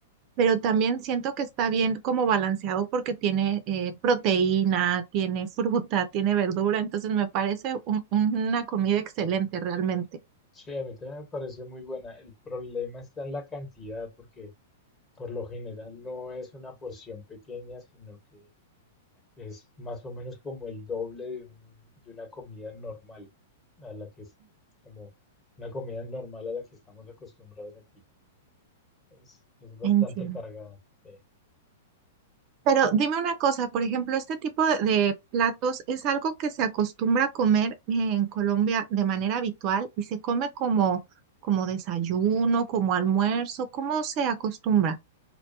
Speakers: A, on the right; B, on the left.
A: pero también siento que está bien como balanceado porque tiene eh, proteína, tiene <laughs> fruta, tiene verdura, entonces me parece un- un- una comida excelente realmente.
B: Sí, a mí también me parece muy buena. El problema está en la cantidad, porque por lo general no es una porción pequeña, sino que Es más o menos como el doble de, un- de una comida normal, a la que es como una comida normal a la que estamos acostumbrados aquí. Es, es bastante
A: Entiendo.
B: cargada. sí.
A: Pero dime una cosa, por ejemplo, este tipo de, de platos es algo que se acostumbra a comer en Colombia de manera habitual y se come como, como desayuno, como almuerzo, ¿cómo se acostumbra?